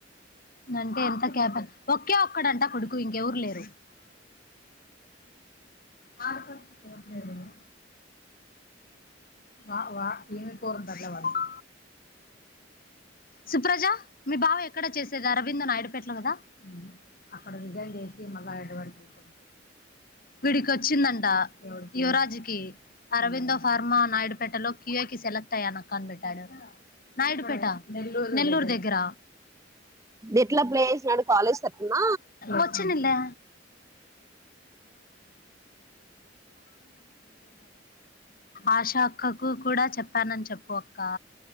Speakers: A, on the left; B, on the right.
A: అంటే ఎంత కేప ఒకే ఒక్కడంటా కొడుకు ఇంకెవరు లేరు, ఆడపడుచులు ఎవరు లేరేమో వా వా ఏమి పోరంతాట్లా వాడికి సుప్రజ మీ బావ ఎక్కడ చేసేది అరవింద్ నాయడుపేటలో కదా అక్కడ రిజైన్ చేసి మళ్ళటువంటి అంతే వీడికి వచ్చిందంట యువరాజ్కి అరవిందో ఫార్మా నాయుడుపేటలో కి ఏకి సెలక్ నక్కనిబెట్టాడు నాయుడుపేట నెల్లూరు దగ్గర
B: ఎట్లా ప్లే చేసినాడు కాలేజ్ తరపున
A: వచ్చిండు లే ఆషా అక్కకు కూడా చెప్పానని చెప్పు కా